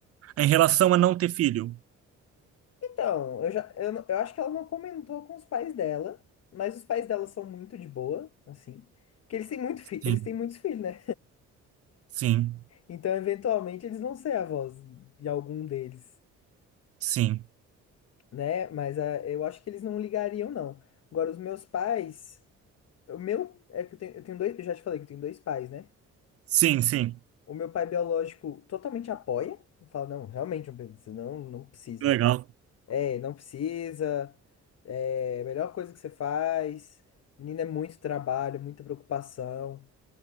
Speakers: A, on the right (about 50°); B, on the left (about 55°).
A: em relação a não ter filho?
B: Então, eu já, eu, não- eu acho que ela não comentou com os pais dela, mas os pais dela são muito de boa, assim. Porque eles têm muito fi,
A: Sim,
B: eles têm muitos filhos, né?
A: sim,
B: Então, eventualmente, eles vão ser avós de algum deles,
A: sim.
B: né? Mas ah, eu acho que eles não ligariam, não. Agora, os meus pais. O meu é que eu tenho, eu tenho dois. Eu já te falei que eu tenho dois pais, né?
A: Sim, sim.
B: O meu pai biológico totalmente apoia. Fala, não, realmente não precisa, não, não precisa.
A: Legal.
B: É, não precisa. É a melhor coisa que você faz. Menina, é muito trabalho, muita preocupação